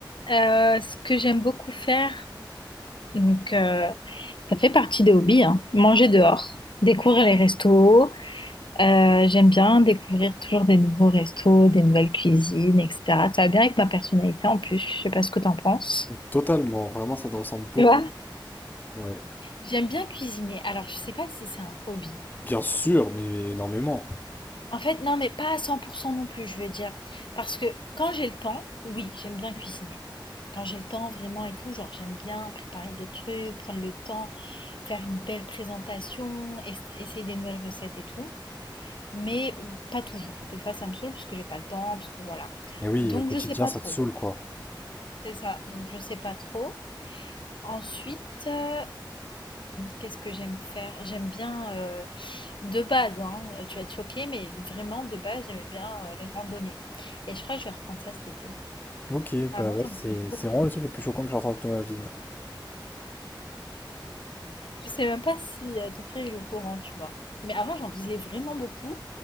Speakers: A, on the left; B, on the left.
A: euh, ce que j'aime beaucoup faire, donc euh, ça fait partie des hobbies, hein, manger dehors, découvrir les restos. euh, j'aime bien découvrir toujours des nouveaux restos, des nouvelles cuisines, etc. Ça va bien avec ma personnalité en plus. Je sais pas ce que t'en penses.
B: totalement, vraiment ça te ressemble beaucoup.
A: Tu vois?
B: Ouais.
A: J'aime bien cuisiner. Alors, je sais pas si c'est un hobby,
B: Bien sûr, mais énormément.
A: En fait, non, mais pas à 100% non plus, je veux dire. Parce que quand j'ai le temps, oui, j'aime bien cuisiner. Quand j'ai le temps vraiment et tout, genre j'aime bien préparer des trucs, prendre le temps, faire une belle présentation, es- essayer des nouvelles recettes et tout. Mais euh, pas toujours. Des fois, ça me saoule parce que j'ai pas le temps, parce que voilà.
B: Et oui,
A: Donc,
B: au quotidien,
A: je sais pas
B: ça
A: trop.
B: te saoule, quoi.
A: C'est ça. Donc, je sais pas trop. Ensuite, heu, qu'est-ce que j'aime faire? J'aime bien, heu, de base, hein, tu vas te choquer, mais vraiment de base, j'aimais bien, heu, les randonnées et je crois que je vais reprendre ça cet été.
B: Ok,
A: Avant,
B: bah ouais,
A: j'en
B: c'est
A: faisais beaucoup.
B: c'est vraiment le truc le plus choquant que j'ai entendu de ma vie, ouais.
A: Je sais même pas si, heu, ton frère il est au courant, tu vois? Mais avant, j'en faisais vraiment beaucoup